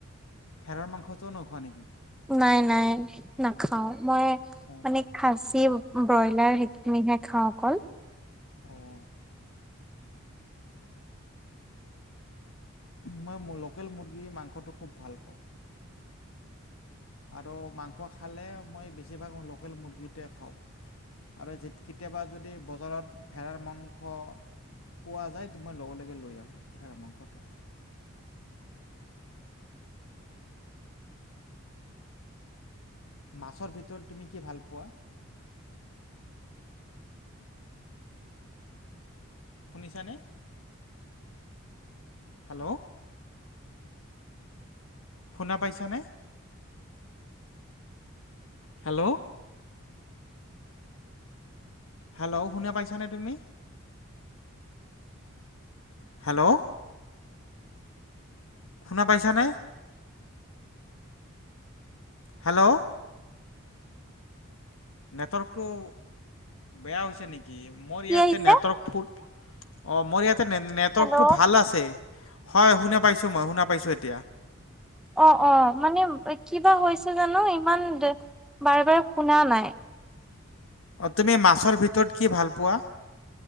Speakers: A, on the left (about 75°); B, in the centre.
A: ভেৰাৰ মাংসটোও নোখোৱা নেকি?
B: নাই নাই নাখাও মই
A: অ',
B: মানে খাচিও ব্ৰইলাৰ সেইখিনিহে খাওঁ অকল
A: অঁ মই লোকেল মুৰ্গীৰ মাংসটো খুব ভাল পাওঁ। আৰু মাংস খালে মই বেছিভাগ লোকেল মুৰ্গীতোৱেই খাওঁ। আৰু কেতিয়াবা যদি বজাৰত ভেৰাৰ মাংস পোৱা যায় মই লগে লগে লৈ আহো মাংসটো মাছৰ ভিতৰত তুমি কি ভাল পোৱা? শুনিছা নে? হেল্ল' শুনা পাইছানে? হেল্ল'। হেল্ল' শুনা পাইছানে তুমি? হেল্ল'। শুনা পাইছা নে। হেল্ল'। নেটৱৰ্কটো, বেয়া হৈছে নেকি মোৰ
B: কি
A: ইয়াতে
B: আহিছে
A: নেটৱৰ্ক ফুল। অ মোৰ ইয়াতে নেটৱৰ্ক
B: হেল্ল'
A: টো ভাল আছে। হয় শুনা পাইছোঁ মই শুনা পাইছোঁ এতিয়া।
B: অ অ মানে কিবা হৈছে জানো ইমান, বাৰে বাৰে শুনা নাই।
A: তুমি মাছৰ ভিতৰত কি ভাল পোৱা?